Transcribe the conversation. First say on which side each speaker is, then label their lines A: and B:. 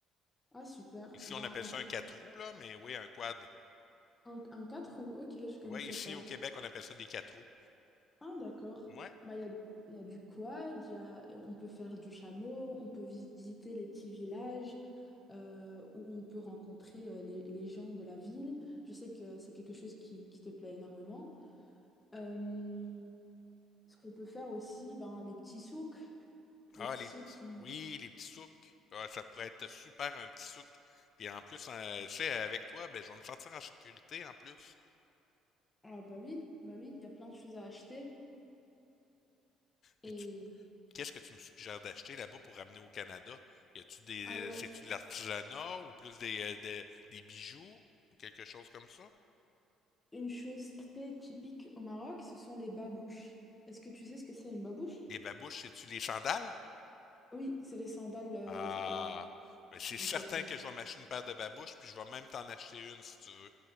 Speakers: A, on the left; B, on the left.
A: Ah, super.
B: Ici,
A: Ben,
B: on appelle
A: en
B: ça
A: tout-
B: un quatre roues, là, mais oui, un quad.
A: un, un 4 roues, ok, je connaissais
B: Oui, ici
A: pas.
B: au Québec, on appelle ça des quatre roues.
A: Ah, d'accord.
B: Ouais,
A: Ben, il y a, il y a du quad, il y a, on peut faire du chameau, on peut visiter les petits villages euh, où on peut rencontrer euh, les, les gens de la ville. Je sais que c'est quelque chose qui, qui te plaît énormément. Euh, ce qu'on peut faire aussi, ben, les petits souks. Les
B: Ah,
A: petits
B: les petits.
A: souks qui...
B: Oui, les petits souks. Ah, ça pourrait être super un petit souk. Puis en plus, euh, tu sais, avec toi, ben, je vais me sentir en sécurité en plus.
A: Ah bah oui, bah oui, il y a plein de choses à acheter. Et
B: Puis tu- qu'est-ce que tu me suggères d'acheter là-bas pour ramener au Canada? Y a-tu des,
A: alors,
B: c'est-tu de l'artisanat ou plus des, euh, des, des bijoux ou quelque chose comme ça?
A: une chose très typique au Maroc, ce sont les babouches. Est-ce que tu sais ce que c'est une babouche?
B: Les babouches, c'est-tu les sandales?
A: Oui, c'est les sandales. euh,
B: Ah,
A: euh,
B: ben, c'est certain
A: exactement.
B: que je vais m'acheter une paire de babouches, puis je vais même t'en acheter une si tu veux,